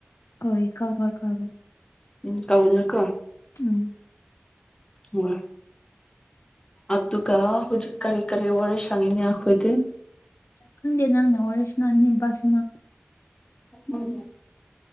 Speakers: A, on the left; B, on the left.
A: ꯍꯣꯏ ꯀꯥꯎꯔꯣꯏ ꯀꯥꯎꯔꯣꯏ
B: ꯎꯝ ꯀꯧꯅꯨꯀꯣ
A: ꯎꯝ
B: ꯍꯣꯏ ꯑꯗꯨꯒ ꯍꯨꯖꯤꯛ ꯀꯔꯤ ꯀꯔꯤ ꯋꯥꯔꯤ ꯁꯥꯅꯤꯡꯉꯦ ꯑꯈꯣꯏꯗ
A: ꯈꯪꯗꯦ ꯅꯪꯅ ꯋꯥꯔꯤ ꯁ꯭ꯅꯥꯅꯤꯡꯕ ꯁꯥꯟꯅꯧ
B: ꯎꯝ